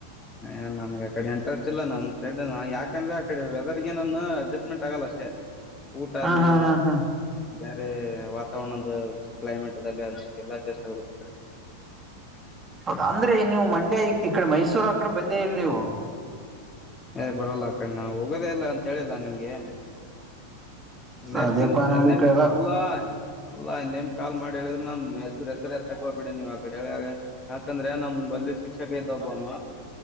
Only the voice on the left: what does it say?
ಹ ನನ್ಗೆ ಅ ಕಡೆ ಎಂಟ್ರೆಸ್ಟ್ ಇಲ್ಲ ನಮ್ ಸೈಡ್ ಯಾಕಂದ್ರೆ ಆ ಕಡೆ ವೆದರ್ಗೆ ನಾನು ಅಡ್ಜಸ್ಟ್ಮೆಂಟ್ ಆಗಲ್ಲ ಅಷ್ಟೇ. ಊಟ
ಅಲ್ಲೀ.
ಬೇರೆ ವಾತಾವರಣ್ದ ಕ್ಲೈಮೇಟ್ ದಲ್ಲಿ ಎಲ್ಲಿ ಅಡ್ಜಸ್ಟ <unintelligible>
ಎ ಬರಲ್ಲ ಅ ಕಡೆ ಹೋಗೋದೇ ಇಲ್ಲ ಅಂತ ಹೇಳಿಲ್ಲಾ ನಿಮ್ಗೆ. ನೆಕ್ಸ್ಟ್
ಇನ್
ಇನ್ನೇನ್
ಅಲ್ಲ. ಅಲ್ಲ ಇನ್ನೇಮ್ ಕಾಲ್ ಮಾಡಿ ಹೇಳಿದ್ರರು ನಾನ್ ಹೆಸರು ಹೆಸರು ಎತ್ತಕ್ಕ ಹೋಗ್ಬೇಡಿ ನೀವ್ ಆ ಕಡೆ ಹೇಳ್ಯಗೆ. ಯಾಕಂದ್ರೆ ನಮ್ ಬಲ್ಲಿ ಶಿಕ್ಷಕಿ ಇದ್ದಬನು.